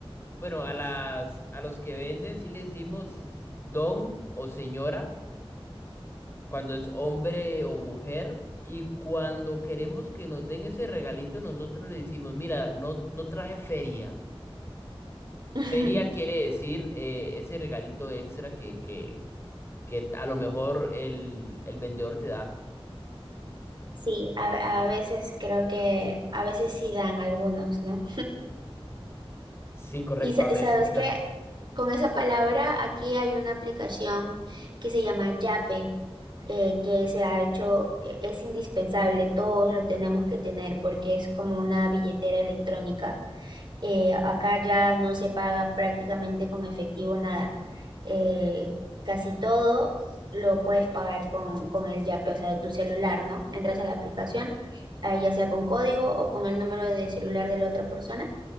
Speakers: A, on the left; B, on the right.
A: bueno, a las, a los que venden sí le decimos don o señora, cuando es hombre o mujer. Y cuando queremos que nos den ese regalito, nosotros le decimos, mira, no, no trae feria.
B: <laughs>
A: Feria quiere decir eh, ese regalito extra que, que, que a lo mejor el, el vendedor te da.
B: Sí, a, a veces creo que, a veces sí dan algunos, ¿no?
A: Sí, correcto,
B: Y sa-
A: a veces
B: sabes que
A: dan.
B: con esa palabra aquí hay una aplicación que se llama Yape, eh, que se ha hecho, e- es indispensable, todos lo tenemos que tener porque es como una billetera electrónica. Eh, acá ya no se paga prácticamente con efectivo nada. Eh, casi todo lo puedes pagar con, con el Yape, o sea, de tu celular, ¿no? Entras a la aplicación, ah, ya sea con código o con el número de celular de la otra persona